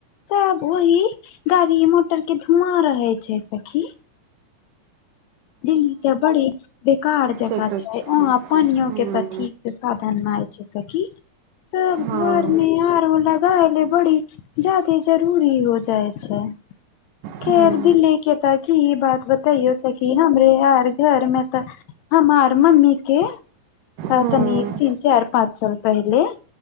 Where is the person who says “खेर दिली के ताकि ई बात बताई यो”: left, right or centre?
Left